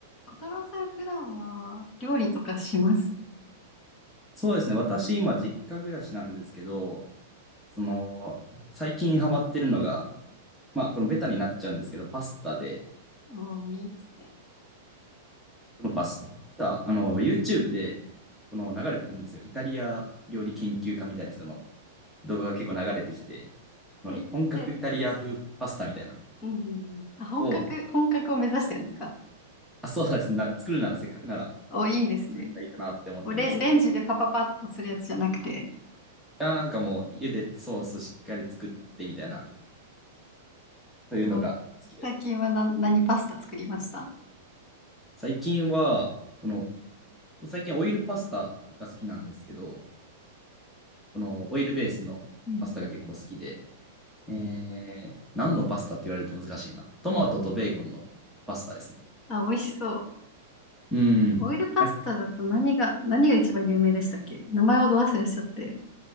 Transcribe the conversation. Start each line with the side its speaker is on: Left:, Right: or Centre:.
Left: 小太郎さん、普段は料理とかします
Centre: そうですね。私、今、実家暮らしなんですけど、その、最近ハマってるのが、まあ、このベタになっちゃうんですけど、パスタで、
Left: おー、いいですね。
Centre: そのパスタ、あの、YouTube で、この流れてくるんですよ。イタリア料理研究家みたいな人の動画が結構流れてきて、この本格イタリア風パスタみたいな
Left: え、で、うんうんうん。あ、本格、
Centre: を、
Left: 本格を目指してるんですか
Centre: あ、そうですね。な作るならせっかくなら、
Left: おー、いいですね。
Centre: そういうのがいいかなって思ってるんですけど、
Left: もうレ、レンジでパパパッとするやつじゃなくて、
Centre: いや、なんかもう、茹でてソースしっかり作ってみたいな、そういうのが好きですね。
Left: あ最近はな、何パスタ作りました
Centre: 最近は、この、最近オイルパスタが好きなんですけど、このオイルベースのパスタが結構好きで、
Left: うんうん。
Centre: えー、何のパスタって言われると難しいな。トマトとベーコンのパスタですね。
Left: あ、美味しそう。
Centre: うん。
Left: オオイルパスタだと何が、
Centre: なんか
Left: 何が一番有名でしたっけ名前をど忘れしちゃって。